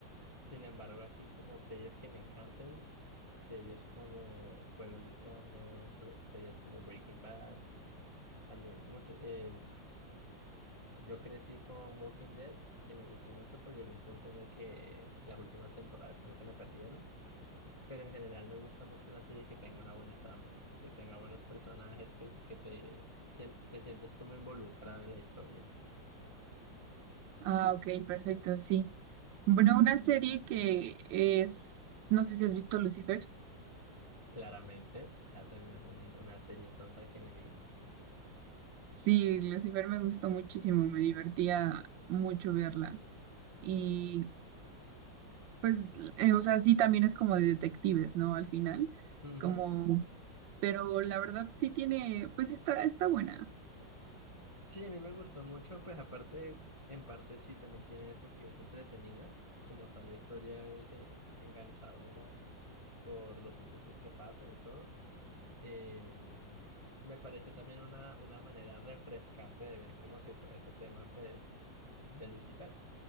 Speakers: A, on the left (about 25°); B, on the right (about 80°).
A: Sin embargo, así como series que me encantan, series como Juegos de Tronos, jue- series como Breaking Bad, también mucho, eh, yo crecí con Walking Dead y me gustó mucho, pero llegó un punto en el que las últimas temporadas como que me perdieron. Pero en general me gusta mucho una serie que tenga una buena trama, que tenga buenos personajes, que, es- que te, sien- te sientas como involucrado en la historia.
B: Ah, ok, perfecto, sí. Bueno, una serie que es, no sé si has visto Lucifer.
A: Claramente, esa también es un- una serie sota que me vi.
B: Sí, Lucifer me gustó muchísimo, me divertía mucho verla. Y pues, eh, o sea, sí también es como de detectives, ¿no? Al final,
A: Ujú.
B: como, pero la verdad sí tiene, pues está, está buena.
A: Sí, a mí me gustó mucho, pues aparte, en parte sí, también tiene eso que es entretenida, como tal la historia es eh, enganchadora por los sucesos que pasan y todo. Eh, me pareció también una, una manera refrescante de ver como que todo ese tema, pues, de Lucifer.